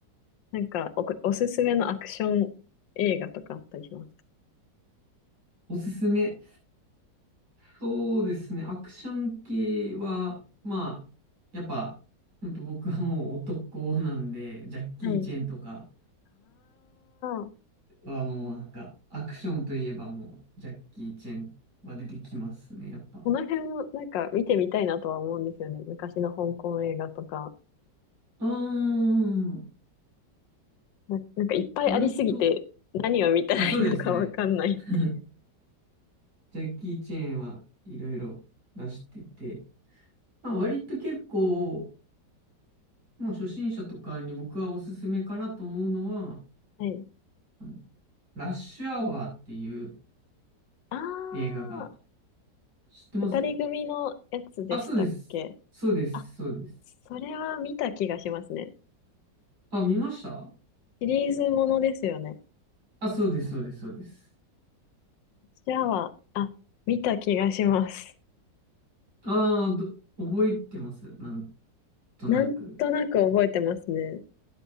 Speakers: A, on the left (about 90°); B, on the right (about 65°).
A: なんかお、おすすめのアクション映画とかあったりします
B: おすすめ。そうですね、アクション系は、まあ、やっぱ、ほんと僕はもう男なんで、ジャッキー・
A: かはい。
B: チェンとか、
A: ああ、
B: はもうなんか、アクションといえばもう、ジャッキー・チェンは出てきますね、やっぱ。
A: この辺もなんか見てみたいなとは思うんですよね。昔の香港映画とか。
B: うーん、
A: な、なんかいっぱいありすぎて何を見たらいいのかわかんないって。
B: 割と、あ、そうですね。<laughs> ジャッキー・チェンはいろいろ出してて、まあ、割と結構、まあ、初心者とかに僕はおすすめかなと思うのは、
A: はい。
B: あの、ラッシュアワーっていう
A: あ
B: 映画が、
A: あ、
B: 知ってます
A: 二人組のやつでしたっけ
B: あ、そうです。そうです、
A: あ、
B: そうです。
A: それは見た気がしますね。
B: あ、見ました
A: シリーズものですよね。
B: あ、そうです、そうです、そうです。
A: 私は、あ、見た気がします。
B: ああ、ど、覚えてます。なんとなく。
A: なんとなく覚えてますね。